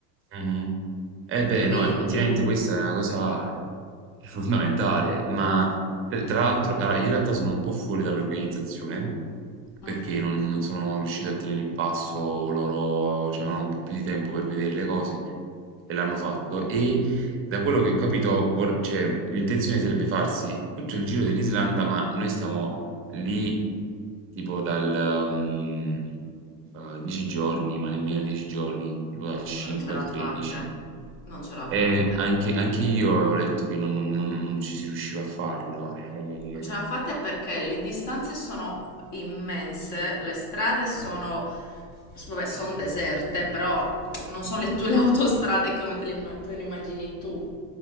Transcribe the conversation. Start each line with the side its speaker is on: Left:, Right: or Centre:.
Right: Mhm. Eh beh,
Left: quindi
Right: no, effettivamente questa è una cosa <laughs> fondamentale, ma tra tra l'altro, allora, io in realtà sono un po' fuori dall'organizzazione perché
Left: mhm,
Right: non, non sono riuscito a tenere il passo, loro cioè, avevano un po' più di tempo per vedere le cose e l'hanno fatto e da quello che ho capito, vor- cioè, l'intenzione sarebbe farsi tutto il giro dell'Islanda, ma noi stiamo lì tipo dal, mhmm, eh, 10 giorni, ma nemmeno 10 giorni, tipo dal 5
Left: non ce l'ha
Right: al 13.
Left: fatta, eh. non ce l'ha
Right: E
Left: fatta.
Right: anche, anche io ho letto che non, non- non- non ci si riusciva a farlo. Eh,
Left: Non ce la fate perché le distanze sono immense, le strade sono, s- vabbè, sono deserte, però non sono le, tue, le autostrade come te le, imma- te le immagini tu.